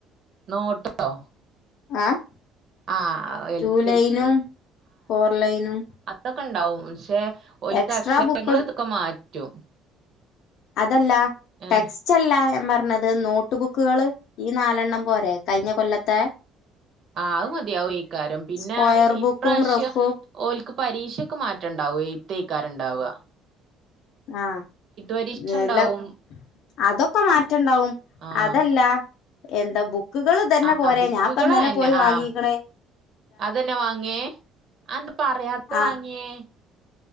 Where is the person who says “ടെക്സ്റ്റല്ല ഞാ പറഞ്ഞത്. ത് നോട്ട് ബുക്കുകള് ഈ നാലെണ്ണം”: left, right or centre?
Left